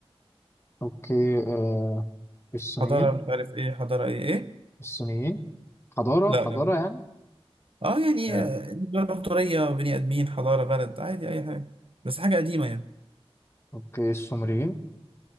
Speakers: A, on the left; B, on the right.
A: اوكي آه، الصينيين
B: حضارة مش عارف إيه حضارة إيه إيه
A: الصينيين حضارة
B: لا
A: حضارة
B: لا لا.
A: يعني
B: آه يعني
A: آه،
B: آه، إمبراطورية بني آدمين حضارة بلد عادي أي حاجة بس حاجة قديمة يعني
A: اوكي السومريين